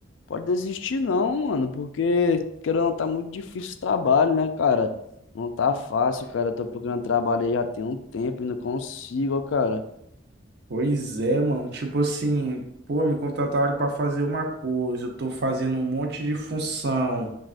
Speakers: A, on the left (about 75°); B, on the right (about 55°).
A: pode desistir não, mano, porque querendo ou não, tá muito difícil o trabalho, né, cara? Não tá fácil, cara. Eu tô procurando trabalho aí já tem um tempo e não consigo, ó, cara.
B: Pois é, mano, tipo assim, pô, me contrataram pra fazer uma coisa, eu tô fazendo um monte de função.